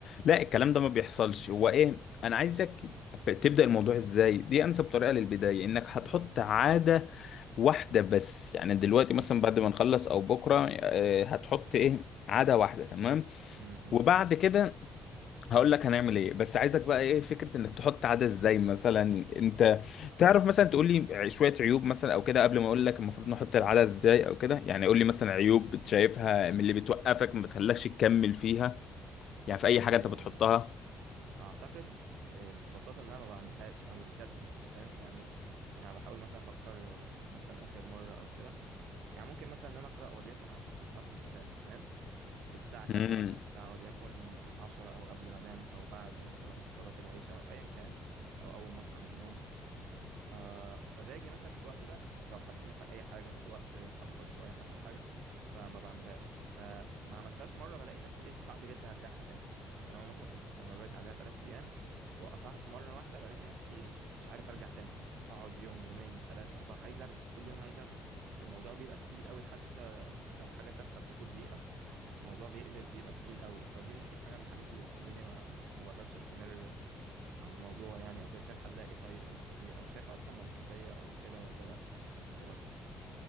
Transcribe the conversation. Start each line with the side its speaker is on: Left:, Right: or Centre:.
Left: لا الكلام ده ما بيحصلش هو ايه انا عايزك تبدا الموضوع ازاي دي انسب طريقه للبدايه انك هتحط عاده واحدة بس يعني دلوقتي
Right: م-
Left: مثلا بعد ما نخلص او بكرة آه، هتحط ايه عادة واحدة تمام
Right: م-
Left: وبعد كده هقول لك هنعمل ايه بس عايزك بقى ايه فكرة انك تحط عادة ازاي مثلا انت تعرف مثلا تقول لي شوية عيوب مثلا او كده قبل ما اقول لك المفروض نحط العادة ازاي او كده يعني قول لي مثلا عيوب بتشايفها من اللي بتوقفك ما بتخلكش تكمل فيها يعني في اي حاجة
Right: م.
Left: انت بتحطها
Right: اعتقد آه، ببساطه ان انا ما بعملهاش او الكسل فاهم يعني يعني بحاول مثلا افكر آه، مثلا اخر مره او كده يعني ممكن مثلا ان انا اقرا وليكن عشر صفحات من الكتاب فاهم الساعه كذا
Left: مم.
Right: مثلا الساعه وليكن عشرة او قبل ما انام او بعد مثلا صلاه العشاء او ايا كان او اول ما اصحى من النوم آه فباجي مثلا في الوقت ده لو حصل مثلا اي حاجه الوقت اتاخر شويه حصل حاجه فما بعملهاش فما عملتهاش مره بلاقي نفسي ايه صعب جدا ارجعها تاني يعني لو مثلا كنت استمريت عليها تلات ايام وقطعت مره واحده بلاقي نفسي مش عارف ارجع تاني فاقعد يوم يومين تلاتة أربعة عايز أرجع كل يوم عايز أرجع فالموضوع بيبقى تقيل قوي حتى لو حاجة تافهة بتاخد دقيقة الموضوع بيقلب بيبقى تقيل قوي فدي ممكن حاجة من الحاجات اللي بتخليني ما ما بقدرش أستمر على الموضوع يعني او كده شايف حلها ايه طيب النقطة دي او شايفها اصلا منطقية او كده ولا لا ولا ايه رأيك